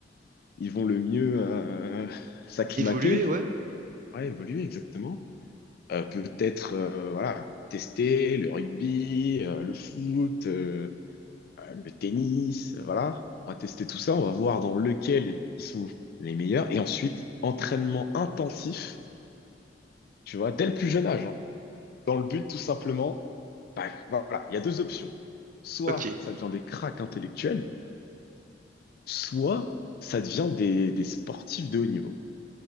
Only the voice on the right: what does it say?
Évoluer, ouais?
Ok.